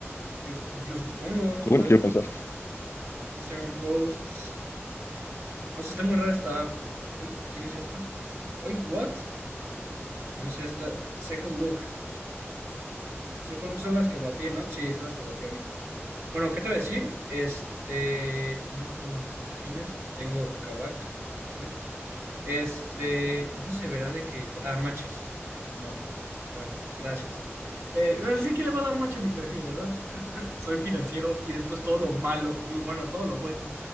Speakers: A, on the right (about 65°); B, on the left (about 65°).
A: Yo, yo supongo.
B: Bueno,
A: A ver,
B: quiero pensar.
A: Instagram posts. No sé, está muy rara esta app. Uy, ¿quién es esta? Uy, what? No sé, esta. Second Look. Second Look son las que batí, ¿no? Sí, son las que batí ahorita. Bueno, ¿qué te voy a decir? Este, no tengo notificaciones, tengo Kavak, muy bien. Este, ¿dónde se verá de que ya- Ah, matches. No, bueno, gracias. Eh, no sé que le va a dar match a mi perfil, ¿verdad? <laughs> Soy financiero y después todo lo malo, digo, bueno, todo lo bueno.